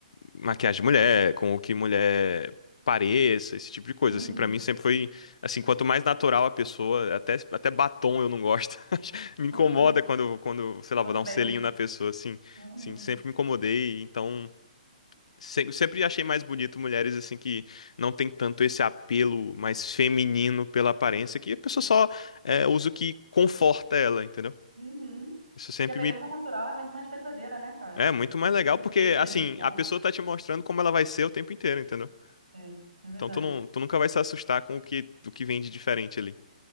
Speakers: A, on the left; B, on the right.
A: maquiagem de mulher, com o que mulher pareça, esse tipo de coisa,
B: uhum,
A: assim, pra mim sempre foi, assim, quanto mais natural a pessoa, até, até batom eu não gosto, <laughs> me incomoda
B: uhum.
A: quando, quando, sei lá,
B: Quando
A: vou dar
B: beija.
A: um selinho na pessoa, assim,
B: Uhum,
A: assim, sempre me incomodei, então... Sempre, sempre achei mais bonito mulheres assim que não tem tanto esse apelo mais feminino pela aparência, que a pessoa só é, usa o que conforta ela, entendeu?
B: uhum.
A: Isso sempre
B: E a beleza
A: me
B: natural é muito mais verdadeira, né, cara?
A: é muito
B: Do que
A: mais
B: aquilo
A: legal, porque
B: fake
A: assim,
B: ali criado.
A: a pessoa tá te mostrando como ela vai ser o tempo inteiro, entendeu?
B: É, é verdade.
A: Então tu, não, tu nunca vai se assustar com o que, o que vem de diferente ali.